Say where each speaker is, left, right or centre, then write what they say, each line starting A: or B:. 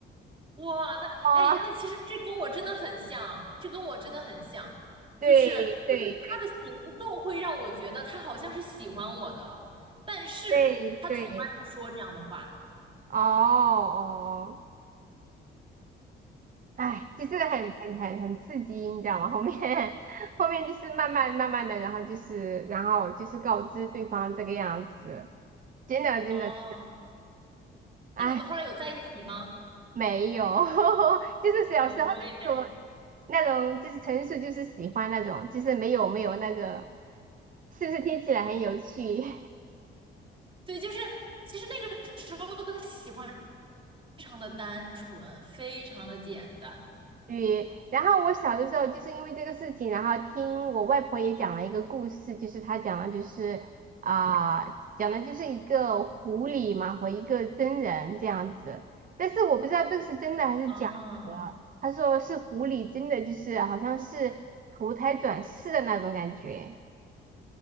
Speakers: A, on the right; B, on the right.
A: 哇，那哎，
B: 啊，
A: 那其实这跟我真的很像，这跟我真的很像，
B: 对对
A: 就是就是他的行动会让我觉得他好像是喜欢我的，但是他从来不说这样的话。
B: 对对，哦哦，哎，就是很很很很刺激，你知道吗？后面 <laughs> 后面就是慢慢慢慢的，然后就是然后就是告知对方这个样子，真的真的，
A: 哦，那你们后来有在一起吗？
B: 哎。没有，<laughs> 就是小时候那种
A: 我我也是。
B: 那种，就是纯属就是喜欢那种，就是没有没有那个，是不是听起来很有趣？<laughs>
A: 对，就是其实那个时候的喜欢非常的单纯，非常的简单。
B: 对，然后我小的时候就是因为这个事情，然后听我外婆也讲了一个故事，就是她讲的就是啊、讲的就是一个狐狸嘛和一个真人这样子，但是我不知道这个是真的还是假的。
A: 啊
B: 她说是狐狸真的就是好像是投胎转世的那种感觉。